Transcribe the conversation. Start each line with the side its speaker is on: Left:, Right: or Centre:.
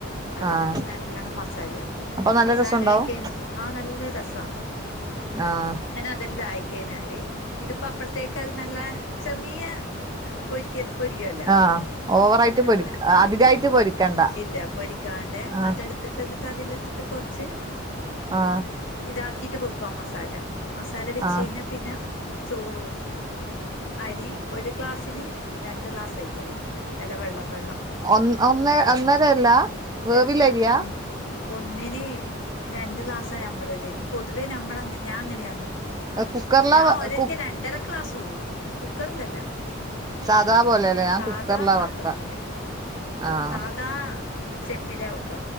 Left: അതിലിട്ടിട്ട്
Right: ആഹ്
Left: നല്ലവണ്ണം മസാലയാക്കും
Right: അപ്പൊ നല്ല
Left: മസാല
Right: രസണ്ടാവും
Left: ആയിക്ക ആ നല്ല രസാ
Right: ആഹ്
Left: അന്നേരം അതെല്ലാം ആയി കഴിഞ്ഞാല് ഇതിപ്പോ അപ്പഴത്തേക്ക് നല്ല ചെറിയ പൊരിക്കലോ പൊരിക്കുവല്ലോ
Right: ആഹ് ഓവറായിട്ട്
Left: അങ്ങനെ
Right: പൊരി
Left: പൊ
Right: അധികായിട്ട്
Left: ഇല്ല
Right: പൊരിക്കണ്ട
Left: ഇല്ല പൊരി ക്കാണ്ട്
Right: ആഹ്
Left: അതെടുത്തിട്ട് എന്നിട്ട് അതിലിട്ടിട്ട് കുറച്ച്
Right: ആഹ്
Left: ഇതാക്കിട്ട് വെക്കും ആ മസാല മസാല വെച്ച്
Right: ആഹ്
Left: കഴിഞ്ഞാ പിന്നെ ചോറ് വെക്കും അരി ഒരു ഗ്ലാസിന് രണ്ട് ഗ്ലാസ് അരിയാ ഇടുക അല്ല വെള്ളം വെള്ളം
Right: ഒൻ ഒന്ന് ഒന്നരല്ല വേവിലരിയാ
Left: അല്ല ഒൻ ഒന്നിന് രണ്ട് ഗ്ലാസ്സാ നമ്മള് ഇടല് പൊതുവേ നമ്മള് ഞാൻ അങ്ങനെയാണ്
Right: കുക്കറിലാ
Left: ഞാൻ
Right: വ-
Left: ഓരരിക്ക്‌
Right: കു
Left: രണ്ടര ഗ്ലാസും ഇടും കുക്കറിലല്ല
Right: സാധാ പോലെല്ലേ ഞാൻ
Left: സാധാപാത്രത്തില്
Right: കുക്കറിലാ വെക്ക ആഹ്
Left: സാധ സാധാ ചെമ്പിലാ വെക്കുക